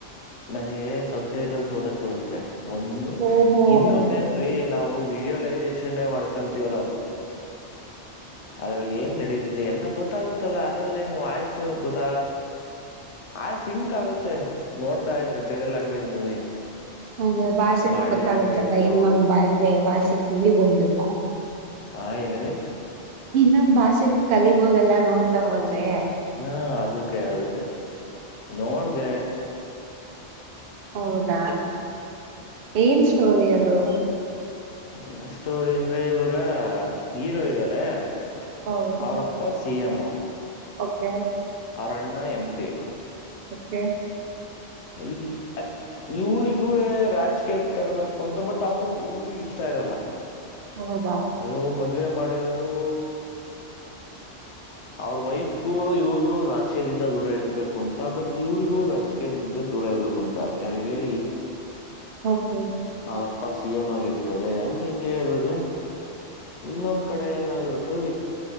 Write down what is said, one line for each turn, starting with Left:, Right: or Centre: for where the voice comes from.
Left: ನನಗೆ ಸಬ್ ಟೈಟಲ್ಸ್ ಓದಕ್ ಬರುತ್ತೆ ಒಂದು
Right: ಓಹೋ
Left: ಇನ್ನೊಂದೇಏನ್ ರೀ ನಾವು ವಿಶಲೈಸೇಷನ್ೇ ಮಾಡ್ಕವಲ್ಲ ಅದ್ರಲ್ಲಿ ಏನ್ ನಡತಿದೆ ಎಲ್ಲ ಗೊತ್ತಾಗುತ್ತಲ್ಲ ಅದ್ರಲ್ಲಿ ಏನು ವಾಯ್ಸ ಗೊತ್ತ ಆ ಸಿಂಕ್ ಆಗುತ್ತೆ ನೋಡ್ ಾ ಇದ್ರೆ ಬೇರೆ ಲ್ಾಂಗ್ೇಜ್ ಮೂವಿ
Right: ಅಂದ್ರೆ ಭಾಷೆನೂ
Left: ಬಾಡಿ
Right: ಗೊತ್ತಾಗತ್ತಲ್ಲ
Left: ಲ್ಯಾಂಗ್ವೇಜು
Right: ಇನ್ನೊ ಬೆ ಭಾಷೆ ಕುಲಿಬೋುದಲ್ವಾ
Left: ಹಾ ಏನ್ ಹೇಳಿ
Right: ಇನ್ನೊಂದ್ ಭಾಷೆನ ಕಲಿಬೋದೆಲ್ಲಾ ನೋಡ್ತಾ ಹೋದ್ರೆ
Left: ಹಾ ಅದಕ್ಕೆ ಅದಕ್ಕೆ ನೋಡ್ಡೆ
Right: ಹೌದಾ ಏನ್ ಸ್ಟೋರಿ ಅ ಹ
Left: ಏ ಸ್ಟೋರಿ ಅಂದ್ರೆ ಇವಾಗ ಹೀರೋ ಇದ್ದಾರೆ ಇವಾಗ ಹೀರೋ ಇದ್ದರೆ
Right: ಹೌದು
Left: ಅವ್ರಪ್ಪ ಸಿಎಂ
Right: ಓಕೆ
Left: ಅವರಣ್ಣ ಎಂಪಿ
Right: ಓಕೆ
Left: ಈ ಇವ್ರಿಗೂ ವೇ ರಾಜಕೀಯಕ್ಕೆ ತರಬೇಕು ಅಂತ ಬಟ್ ಅವರು ಇವ್ರಿಗೆ ಇಷ್ಟ ಇರಲ್ಲ
Right: ಹೌದಾ
Left: ನೀವು ಮದ್ವೆ ಮಾಡಿರೋ ಅವ್ರ ಮ ವೈಫ್ಗೂ ಇವೃ ರಾಜ ವಿ್ಯದಿಂದ ದೂರ ಇರಬೇಕುಂತ <unintelligible> ಅದಕ್ಕೆ ಇವ್ರಿಗೂ ಇವ್ರ ರಾಜಕೀಯ ದಿಂದ ದೂರ ಆಗ್ಬೇಕು ಅಂತ ಯಾರ್ಗೆ
Right: ಓಕೆ
Left: ಅವರಪ್ಪ ಸಿ ಎಂ ಆಗಿರ್ತಾರೆ ಹೆಂಗ ಈರಧು <unintelligible> ಇನ್ನೊಂದು ಕಡೆ ಏನಾಗಿರುತ್ತೆ